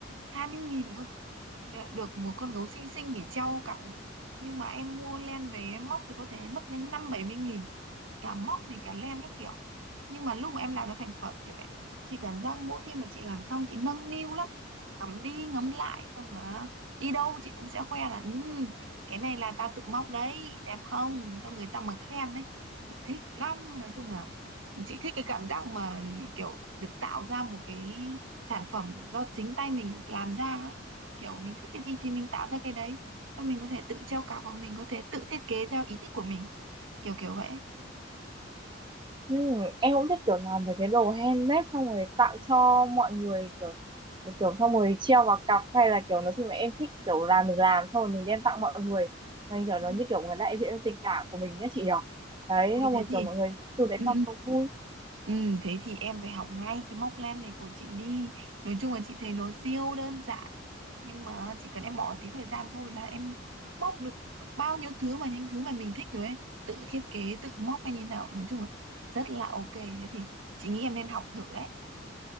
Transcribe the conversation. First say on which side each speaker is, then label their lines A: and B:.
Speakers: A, on the right; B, on the right.
A: 20.000 thôi đã được một con gấu xinh xinh để treo cặp rồi nhưng mà em mua len về em móc thì có thể mất đến năm bảy mươi nghìn cả móc này cả len các kiểu nhưng mà lúc mà em làm ra thành phẩm kiểu ấy, chị cảm giác mỗi khi mà chị làm xong chị nâng niu lắm ngắm đi ngắm lại xong là đi đâu chị cũng sẽ khoe là ừ cái này là tao tự móc đấy đẹp không xong người ta mà khen ấy thì thích lắm nói chung là chị thích cái cảm giác mà kiểu được tạo ra một cái sản phẩm do chính tay mình làm ra ấy kiểu mình thích cái gì thì mình tạo ra cái đấy xong mình có thể tự treo cặp hoặc mình có thể tự thiết kế theo ý thích của mình kiểu kiểu vậy
B: Ừ, em cũng thích kiểu làm về cái đồ handmade xong rồi tặng cho mọi người kiểu kiểu xong rồi treo vào cặp hay là kiểu nói chung là em thích kiểu làm mình làm xong rồi mình đem tặng mọi người mình kiểu
A: Ừ.
B: nó như kiểu một cái đại diện cho tình cảm của mình nhé chị nhỉ đấy
A: ôi
B: xong
A: thế
B: rồi
A: thì
B: kiểu mọi người từ đấy
A: ừ,
B: mà không vui
A: Ừ, thế thì em phải học ngay cái móc len này của chị đi. Nói chung là chị thấy nó siêu đơn giản. Nhưng mà chỉ cần em bỏ tí thời gian thôi là em móc được bao nhiêu thứ mà những thứ mà mình thích rồi ấy. Tự thiết kế, tự móc hay như nào. Nói chung là rất là ok. Thế thì chị nghĩ em nên học thử đấy.